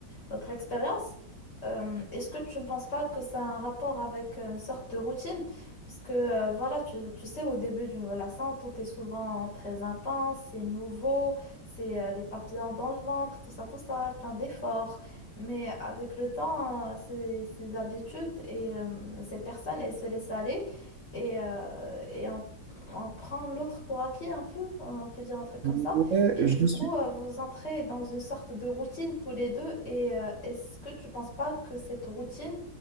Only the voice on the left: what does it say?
votre expérience. Euh, est-ce que tu ne penses pas que ça a un rapport avec euh, une sorte de routine? Parce que euh, voilà, tu, tu sais, au début d'une relation, tout est souvent très intense, c'est nouveau, c'est euh, des papillons dans le ventre, tout ça, tout ça, plein d'efforts. Mais avec le temps, euh, ces, ces habitudes et euh, ces personnes, elles se laissent aller et, euh, et on, on prend l'autre pour acquis un peu, on peut dire un truc comme
ça. Et
du
coup,
euh, vous entrez dans une sorte de routine tous les deux. Et euh, est-ce que tu penses pas que cette routine